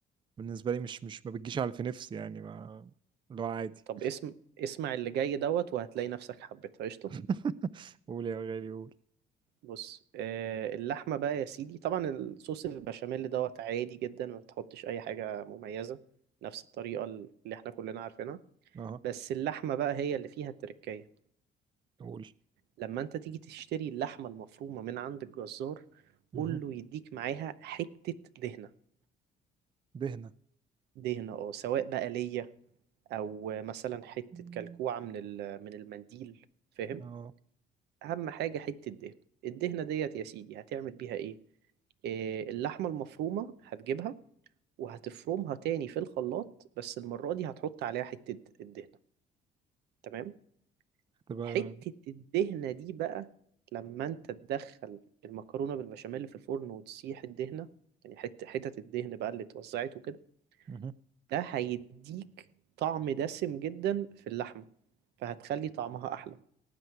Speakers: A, on the right; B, on the right.
A: بالنسبة لي مش مش ما بتجيش على في نفسي يعني ما اللي هو عادي
B: طب اسم اسمع اللي جاي دوت وهتلاقي نفسك حبيتها قشطه
A: <laughs> قول يا غالي قول
B: بص آه اللحمه بقى يا سيدي طبعا الصوص البشاميل دوت عادي جدا ما بتحطش اي حاجه مميزه نفس الطريقه اللي احنا كلنا عارفينها
A: اه
B: بس اللحمه بقى هي اللي فيها التركية
A: قول
B: لما انت تيجي تشتري اللحمه المفرومه من عند الجزار قول
A: مه.
B: له يديك معاها حته دهنه
A: دهنة
B: دهنة اه سواء بقى ليا او مثلا حته
A: مم.
B: كلكوعه من ال- من المنديل فاهم
A: اه
B: اهم حاجه حته الدهن الدهنه ديت يا سيدي هتعمل بيها ايه إيه، اللحمه المفرومه هتجيبها وهتفرمها تاني في الخلاط بس المره دي هتحط عليها حته الدهنه تمام
A: تبقى
B: حته الدهنه دي بقى لما انت تدخل المكرونه بالبشاميل اللي في الفرن وتسيح الدهنه يعني حته حتت الدهن بقى اللي اتوزعت وكده
A: مه.
B: ده هيديك طعم دسم جدا في اللحمه فهتخلي طعمها احلى